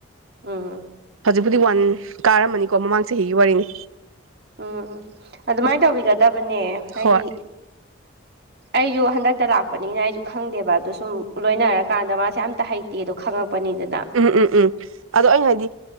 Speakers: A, on the right (about 50°); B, on the right (about 80°).
A: ꯎꯝ
B: ꯍꯧꯖꯤꯛꯄꯨꯗꯤ ꯋꯥꯟ ꯀꯥꯔꯝꯃꯅꯤꯀꯣ ꯃꯃꯥꯡ ꯆꯍꯤꯒꯤ ꯋꯥꯔꯤꯅꯤ
A: ꯎꯝ ꯎꯝ ꯑꯗꯨꯃꯥꯏꯅ ꯇꯧꯕꯤꯒꯗꯕꯅꯦ ꯍꯥꯏꯗꯤ
B: ꯍꯣꯏ
A: ꯑꯩꯁꯨ ꯍꯟꯗꯛꯇ ꯂꯥꯛꯄꯅꯤꯅ ꯑꯩꯁꯨ ꯈꯪꯗꯦꯕ ꯑꯗꯨ ꯁꯨꯝ ꯂꯣꯏꯅꯔꯀꯥꯟꯗ ꯃꯥꯁꯦ ꯑꯝꯇ ꯍꯩ ꯇꯤꯗ‌ꯣ ꯈꯪꯉꯛꯄꯅꯤꯗꯅ
B: ꯎꯝ ꯎꯝ ꯎꯝ ꯑꯗꯣ ꯑꯩꯅ ꯍꯥꯏꯗꯤ